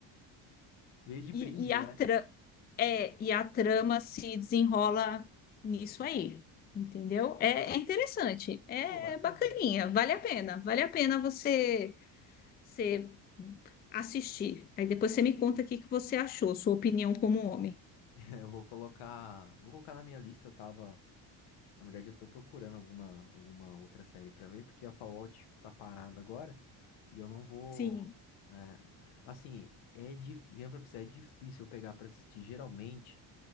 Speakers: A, on the left; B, on the left.
A: veio de
B: E,
A: brinde,
B: e a
A: né?
B: é, e a trama se desenrola nisso aí, entendeu? É, é interessante, é
A: Pô, bacana.
B: é bacaninha, vale a pena, vale a pena você, você assistir. Aí depois você me conta o que que você achou, sua opinião como homem.
A: <laughs> Eu vou colocar, vou colocar na minha lista. Eu tava, na verdade, eu tô procurando alguma, alguma outra série pra ver, porque a Fallout tá parada agora e eu não vou,
B: Sim.
A: né? Assim, é difícil, eu falei pra você, é difícil eu pegar pra assistir. Geralmente,